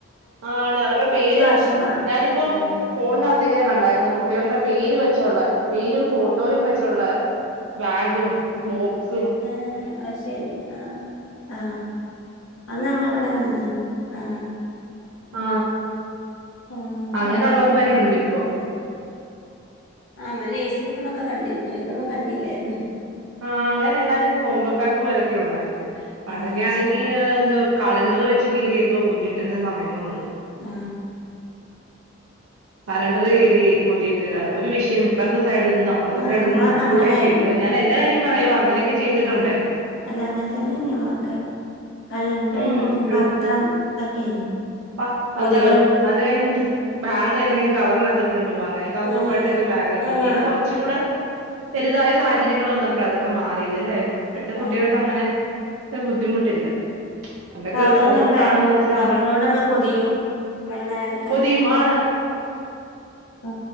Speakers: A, on the right; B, on the left.
A: ആണ് അവരുടെ പേര്
B: വർഷം വാണം
A: ഞാനിപ്പം
B: ഉം
A: ഫോൺ ത്തിങ്ങനെ കണ്ടായിരുന്നു കുട്ടികളുടെ പേര് വെച്ചുള്ള പേരും ഫോട്ടോയും വെച്ചുള്ള ബാഗും ബോക്സ്
B: ആ അത് ശരി ആ ആ അത് നമ്മള ഇവിടെ കണ്ടില്ല ആ
A: ആ
B: ആഹ്
A: അങ്ങനെ
B: എല്ലാ
A: ഉള്ളതു
B: തരം
A: വരെയുണ്ട് ഇപ്പൊ
B: ആ മ്മള് നെയിംസ്ലിപ് ന്നൊക്കെ കണ്ടിരുന്നു ഇതൊന്നും കണ്ടില്ലായിരുന്നു
A: ആ അങ്ങനെ എല്ലാരും ഒരു കോംബോ പാക്ക് പോലെ ക്കെ ഉള്ളായിരുന്നു പണ്ടൊക്കെ
B: ആഹ്
A: ആണെങ്കി
B: ശരി
A: ആ എന്തവാ കലണ്ടർ വെച്ച് കീറിയൊക്കെ പൊതിയിട്ടരുന്ന സമയങ്ങളുണ്ട്
B: ആ
A: കലണ്ടര് കീറി പൊതിയിട്ട് ഒരു വിഷയം ഇപ്പർത്തെ സൈഡിൽ നിന്നും അപ്പുറത്തെ
B: ആഹ്
A: സൈഡിൽ
B: നമ്മളൊക്കെ
A: നിന്നും നടുക്കൂടൊക്കെ
B: അങ്ങനായിരുന്നു
A: എഴുതുക ഞാൻ എന്റെ കാര്യം പറയുവാ അങ്ങനെയൊക്കെ ചെയ്തിട്ടുണ്ട്
B: ആഹ് അല്ല അങ്ങനെ തന്നെയായിനി നമ്മളൊക്കെ കലണ്ടറേനി
A: ഉം
B: പിന്നെ
A: പിള്ള
B: പത്രം ഇതൊക്കേനി
A: പ പാത്രം
B: പൊതികള്
A: അത് കഴിഞ്ഞിട്ട് ബാഗ് ഏതെങ്കിലും
B: ആഹ്
A: കവറിനകത്തിട്ട് ട്ട്കൊണ്ട് പോവാ അങ്ങനെയൊക്കെ അപൂവ്വമായിട്ടൊക്കെ
B: ആഹ് അതെ
A: ബാഗ് പിന്നെ
B: ആഹ്
A: കുറച്ചുകൂടെ വെലുതായ സാഹചര്യൾ വന്നപ്പോഴ അത് ഒക്കെ മാറിത് അല്ലെ ഇപ്പോഴത്തെ കുട്ടികൾക്ക്
B: ആഹ്
A: അങ്ങനെ ബുദ്ധിമുട്ടില്ല പണ്ടൊക്കെ
B: കവറ്
A: ഒരു ഫോൺ
B: എന്തൊക്കെ
A: കാണുക
B: ആയിരുന്നു
A: എന്ന് വെച്ചാൽ
B: കവറോട് നമ്മള് പൊതിയും മ്മള് നനയാദിരിക്കാൻ
A: പൊതിയും ആണ്
B: ആ